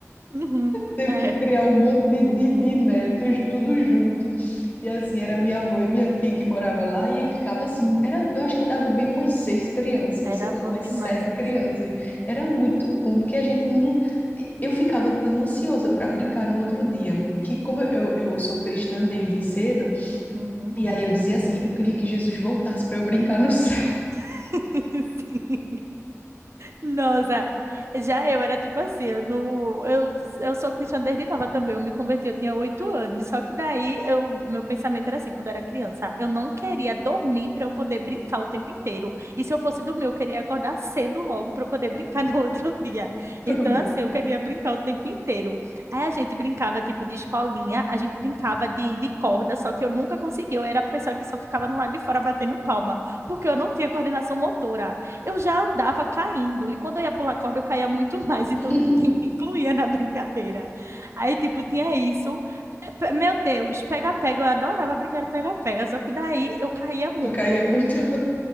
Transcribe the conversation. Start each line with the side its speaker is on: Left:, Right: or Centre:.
Right: uhum.
Left: Teve
Right: É,
Left: que criar um monte de, de, de netos, tudo junto. E assim, era minha avó e minha tia que morava lá, e aí ficava assim, era, eu acho que dava bem umas seis crianças,
Right: era
Left: sei lá,
Right: bom
Left: umas
Right: demais
Left: sete
Right: isso.
Left: crianças. Era muito bom, porque a gente não, eu ficava tão ansiosa para brincar no outro dia, que como eu, eu sou cristã desde cedo,
Right: Uhum.
Left: e aí eu dizia assim, eu queria que Jesus voltasse para eu brincar no céu.
Right: <laughs> Sim. Nossa, já eu era tipo assim, eu, não, eu, eu sou cristã desde nova também, eu me converti, eu tinha oito anos, só que daí eu, meu pensamento era assim, quando eu era criança, eu não queria dormir para eu poder brincar o tempo inteiro, e se eu fosse dormir, eu queria acordar cedo logo para eu poder brincar no <laughs> outro dia,
Left: Pronto.
Right: então assim, eu queria brincar o tempo inteiro, aí a gente brincava tipo de escolinha, a gente brincava de, de corda, só que eu nunca conseguia, eu era a pessoa que só ficava no lado de fora batendo palma, porque eu não tinha coordenação motora, eu já andava caindo. E quando eu ia pular corda, eu caía muito <laughs> mais.
Left: <laughs>
Right: Então ninguém me incluía na brincadeira. Aí, tipo, tinha isso. É, pe- Meu Deus, pega-pega. Eu adorava brincar de pega-pega. Só que daí eu caía muito.
Left: Tu caía muito.